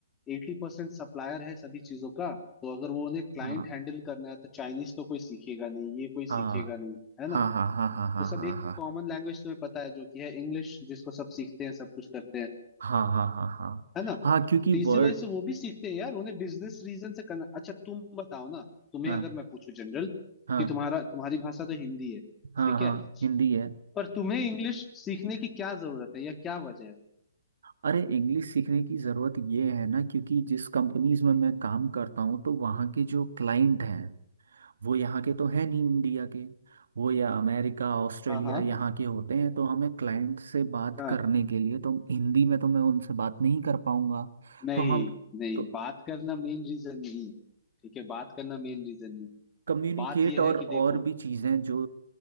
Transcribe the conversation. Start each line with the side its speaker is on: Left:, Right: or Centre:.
Left: एटी परसेंट सप्लायर है सभी चीजों का तो अगर वो उन्हें क्लाइंट
Right: हाँ
Left: हैंडल करना है तो चाइनीज तो कोई सीखेगा नहीं ये कोई
Right: हाँ
Left: सीखेगा नहीं है
Right: हाँ
Left: ना
Right: हाँ हाँ हाँ
Left: तो सब
Right: हाँ
Left: एक
Right: हाँ
Left: कॉमन लैंग्वेज तुम्हें पता है जो कि है इंग्लिश जिसको सब सीखते हैं सब कुछ करते हैं
Right: हाँ हाँ हाँ हाँ हाँ
Left: है ना
Right: हाँ हाँ, क्योंकि
Left: तो
Right: वर्ड
Left: इसी वजह से वो भी सीखते हैं यार उन्हें बिजनेस रीजन से करना अच्छा तुम बताओ ना तुम्हें
Right: हाँ
Left: अगर मैं पूछूं जनरल
Right: हाँ
Left: कि तुम्हारा तुम्हारी भाषा तो हिंदी है
Right: हाँ
Left: ठीक
Right: हाँ
Left: है
Right: हिंदी है
Left: पर तुम्हें इंग्लिश सीखने की क्या जरूरत है या क्या वजह है
Right: अरे इंग्लिश सीखने की ज़रूरत ये है ना क्योंकि जिस कंपनीज में मैं काम करता हूँ तो वहाँ के जो क्लाइंट हैं वो यहाँ के तो है नहीं इंडिया के वो या अमेरिका ऑस्ट्रेलिया
Left: हाँ
Right: यहाँ के होते हैं तो हमें क्लाइंट से बात
Left: हाँ
Right: करने के लिए तो हिंदी में तो मैं उनसे बात नहीं कर पाऊँगा
Left: नहीं
Right: तो हम
Left: नहीं
Right: तो
Left: बात करना मेन रीजन नहीं है ठीक है बात करना मेन रीजन नहीं
Right: कम्युनिकेट
Left: बात यह
Right: और
Left: है कि देखो
Right: और भी चीज़ें जो